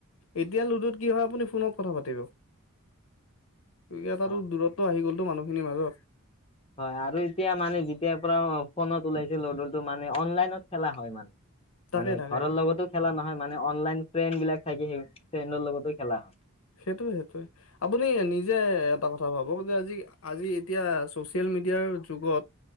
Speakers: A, on the left (about 70°); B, on the left (about 25°).
A: এতিয়া লুডুত কি হয় আপুনি ফোনত কথা পাতিব। এ' তাতো
B: হয়।
A: দূৰতটো আহি গ'লতো মানুহখিনিৰ মাজত
B: হয় আৰু এতিয়া মানে যেতিয়াৰ পৰা ফোনত ওলাইছে লডলটো মানে অনলাইনত খেলা হয় মানে।
A: তাকে
B: মানে
A: তাকে
B: ঘৰৰ লগতো খেলা নহয় মানে অনলাইন ফ্ৰেণ্ড বিলাক থাকি সেই ফ্ৰেণ্ডৰ লগতে খেলা হয়।
A: সেইটো সেইটোয়ে, আপুনি নিজে এটা কথা ভাবক, যে আজি, আজি এতিয়া চচিয়েল মিডিয়াৰ যোগত